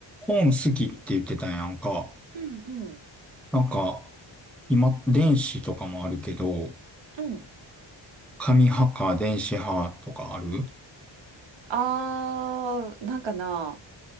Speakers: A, in the centre; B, on the right.
A: 本好きって言ってたやんか。
B: うんうん
A: なんか、今、電子とかもあるけど、
B: うん
A: 紙派か電子派とかある
B: あー、なんかな、